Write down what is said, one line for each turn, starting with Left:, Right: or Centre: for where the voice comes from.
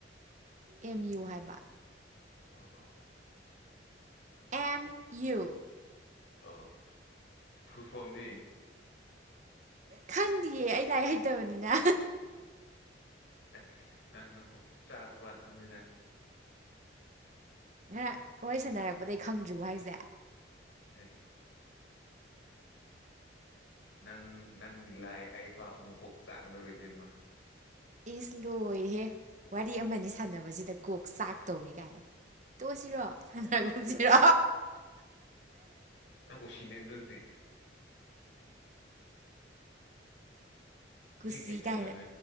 Right: ꯑꯦꯝ ꯌꯨ ꯍꯥꯏꯕ
Left: ꯑ ꯑ
Right: ꯑꯦꯝ ꯌꯨ
Left: ꯑ ꯐ ꯐꯝꯗꯤ
Right: ꯈꯪꯗꯌꯦ ꯑꯩ ꯂꯥꯏꯔꯤꯛ ꯍꯩꯇꯕꯅꯤꯅ
Left: ꯑꯁ ꯅꯪ ꯅꯪꯀꯨꯞ ꯆꯥꯔꯛ ꯈꯪꯉꯗꯦ
Right: ꯉꯔꯥꯡ ꯋꯥꯔꯤ ꯁꯥꯟꯅꯔꯛꯄꯗꯒꯤꯩ ꯈꯪꯗ꯭ꯔꯤꯕ ꯍꯥꯏꯁꯦ
Left: ꯑꯦ ꯅꯪ ꯅꯪꯂꯥꯏ ꯑꯐꯥ ꯑꯃꯨꯀꯣꯛ ꯆꯥꯒꯗꯧꯔ ꯏꯗꯦꯝꯃ
Right: ꯑꯦꯁ ꯂꯣꯏꯔꯍꯦ ꯋꯥꯔꯤ ꯑꯃꯅꯤ ꯁꯥꯟꯅꯕꯁꯤꯗ ꯀꯣꯛ ꯆꯥꯛ ꯇꯧꯔꯤ ꯀꯥꯏ ꯇꯣꯛꯑꯁꯤꯔꯣ ꯁꯗ꯭ꯔꯒꯨꯝꯁꯤꯔꯣ
Left: ꯑ ꯈꯨꯁꯤꯅꯦ ꯑꯗꯨꯗ
Right: ꯀꯨꯁꯤ
Left: ꯃꯤ ꯀꯅꯅ
Right: ꯀꯥꯏꯅ